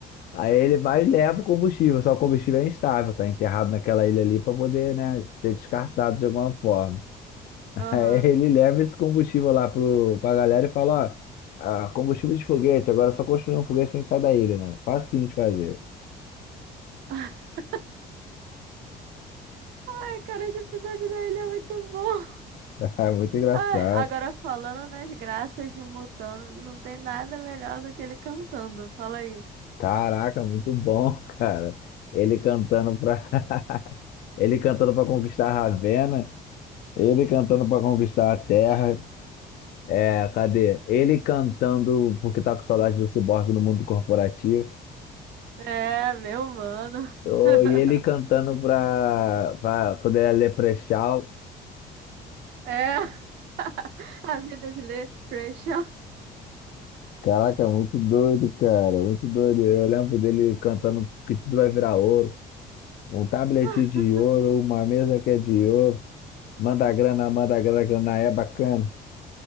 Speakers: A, on the left; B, on the right.
A: Aí ele vai e leva o combustível, só o combustível é instável, tá enterrado naquela ilha ali para poder, né, ser descartado de alguma forma. <laughs>
B: Aham.
A: Aí ele leva esse combustível lá pro, pra galera e fala, ó, ah, combustível de foguete, agora é só construir um foguete que a gente sai da ilha, né? Facinho de fazer. <laughs>
B: <laughs> Ai, cara, esse episódio da ilha é muito bom.
A: Ah, Muito engraçado.
B: Ai, agora falando nas graças de um Montano, não tem nada melhor do que ele cantando. Fala aí.
A: Caraca, muito bom, <laughs> cara. Ele cantando pra, <laughs> ele cantando para conquistar Ravenna, ele cantando para conquistar a Terra. É, cadê? Ele cantando porque tá com saudade do Cyborg no mundo corporativo.
B: É, meu mano.
A: Ô,
B: <laughs>
A: E ele cantando pra, pra quando ele é Leprechaun.
B: É <laughs> a vida de ler Pressure.
A: Caraca, muito doido, cara, muito doido. Eu lembro dele cantando que tudo vai virar ouro. Um tablet
B: <laughs>
A: de ouro, uma mesa que é de ouro. Manda grana, manda grana, grana é bacana.